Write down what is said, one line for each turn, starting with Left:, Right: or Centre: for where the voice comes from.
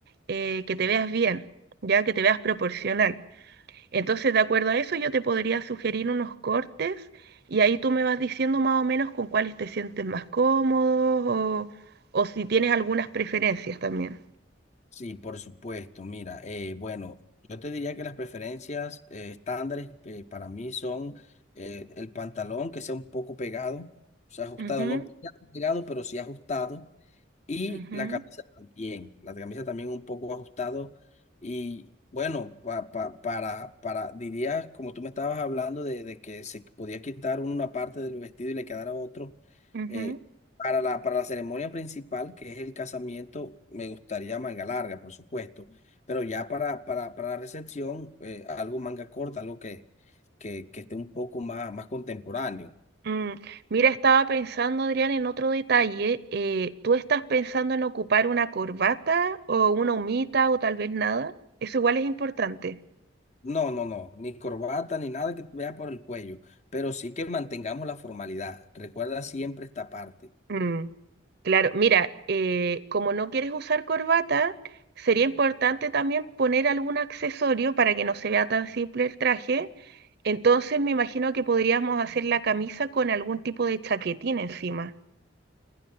Right: eh, que te veas bien, ya que te veas proporcional. Entonces, de acuerdo a eso, yo te podría sugerir unos cortes y ahí tú me vas diciendo más o menos con cuáles te sientes más cómodo o, o si tienes algunas preferencias también.
Left: Sí, por supuesto. Mira, eh, bueno, yo te diría que las preferencias eh, estándares eh, para mí son eh, el pantalón que sea un poco pegado, o sea, ajustado,
Right: Ujú,
Left: no pegado, pegado, pero sí ajustado. Y
Right: ujú,
Left: la camisa también, la camisa también un poco ajustado y bueno, pa- pa- para, para, diría, como tú me estabas hablando de, de que se podía quitar una parte del vestido y le quedara otro,
Right: ujú.
Left: eh, para la, para la ceremonia principal, que es el casamiento, me gustaría manga larga, por supuesto, pero ya para, para, para la recepción, eh, algo manga corta, algo que, que, que esté un poco más, más contemporáneo.
Right: Mm, Mira, estaba pensando, Adrián, en otro detalle. Eh, ¿tú estás pensando en ocupar una corbata o una humita o tal vez nada? Eso igual es importante.
Left: No, no, no, ni corbata ni nada que vea por el cuello, pero sí que mantengamos la formalidad. Recuerda siempre esta parte.
Right: Mm. Claro, mira, eh, como no quieres usar corbata, sería importante también poner algún accesorio para que no se vea tan simple el traje. Entonces me imagino que podríamos hacer la camisa con algún tipo de chaquetín encima.